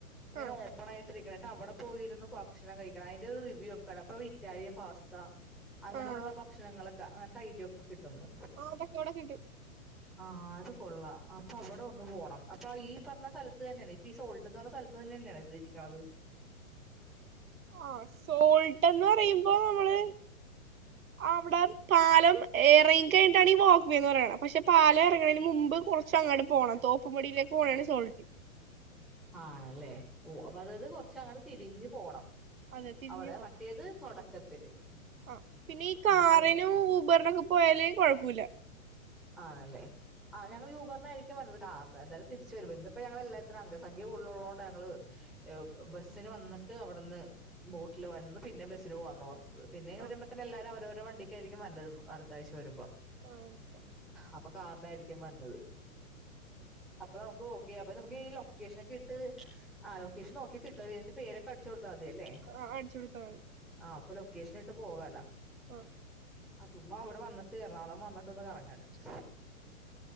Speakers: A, in the centre; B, on the right (about 75°).
A: ഇങ്ങനെ
B: ആഹ്
A: ഓപ്പൺ ആയിട്ടിരിക്കണ അവിടെ പോയിരുന്ന് ഭക്ഷണം കഴിക്കണം അതിന്റെറെ ഒരു അപ്പൊ ഇറ്റാലിയൻ പാസ്ത അങ്ങനെയുള്ള
B: ആഹ്
A: ഭക്ഷണങ്ങളൊക്കെ അങ്ങനത്തെ ഐറ്റം ഒക്കെ കിട്ടുന്നു
B: ആഹ് അതൊക്കെ അവിടെ കിട്ടും
A: ആഹ് അത് കൊള്ളാം അപ്പൊ അവിടെ ഒന്ന് പോണം അപ്പൊ ഈ പറഞ്ഞ സ്ഥലത്ത് തന്നെയാണ് ഇപ്പൊ ഈ സോൾട്ട് എന്ന് പറഞ്ഞ സ്ഥലത്ത് തന്നെ തന്നെയാണ് ഇത് ഇരിക്കണത്
B: ആ സോൾട്ട്ന്ന് പറയുമ്പോ നമ്മള് അവിടെ പാലം ഏറെ കഴിഞ്ഞിട്ടാണ് വാക്ക്വേന്ന് പറുന്നത് പാല ഇറങ്ങണതിന് മുമ്പ് കുറ പക്ഷെ അങ്ങട്ട് പോകണം തൂപ്പുംപടിയിലേക്ക് പോകണാണ് സാൾട്ട്
A: ആണല്ലേ ഓ അപ്പൊ അതത് കൊറച്ച് അങ്ങട്ട് തിരിഞ്ഞു പോണം
B: അതെ തിരിഞ്ഞു
A: അവിടെ
B: പോ
A: മറ്റേത് തുടക്കത്തില്
B: ആ പിന്നെ ഈ കാറിനും
A: ആ അപ്പൊ
B: ഊബറിനൊക്കെ പോയാല് കുഴപ്പുല്ല
A: ആണല്ലേ ആ ഞങ്ങൾ യൂബറിന ആയിരിക്കും വന്നത് കാരണം എന്തായാലും തിരിച്ചു വരുമ്പോൾ ഇന്നിപ്പോ ഞങ്ങൾ എല്ലാത്തിരും അംഗസംഖ്യ കൂടുലുള്ളതത് കൊണ്ട് ഞങ്ങള്ബസ്സിന് വന്നിട്ട് അവിടെന്ന് ബോട്ടിൽ വന്ന് പിന്നെ ബസ്സിന് പോകന്ന് ഓർ പിന്നെയ വരുമ്പോത്തന്ന
B: ആഹ്
A: എല്ലാവും അവരോരോ വണ്ടി ആയിരിക്കും വന്നത് അടുത്തഴ്ച വരുമ്പോ
B: ആ ഓക്കെ
A: അപ്പൊ കാറിനായി രിക്കും വന്നത് അപ്പൊ നമുക്ക് ഓക്കെ അപ്പ നമുക്ക് ഈ ലൊക്കേഷനൊക്കെ ഇട്ട് ആ ലൊക്കേഷൻ നോക്കിയ കിട്ടോ ഇന്റെ പേരൊക്കെ അടിച്ചു കൊടുത്ത അതെ അല്ലെ
B: ആഹ് അടിച്ചു കൊടുത്താ മതി
A: ആ അപ്പൊ ലൊക്കേഷൻ പോകാലാ
B: ആ
A: ചുമ്മാഇ വിടെവന്നിട്ട് എറണകുളം വന്ന് <unintelligible>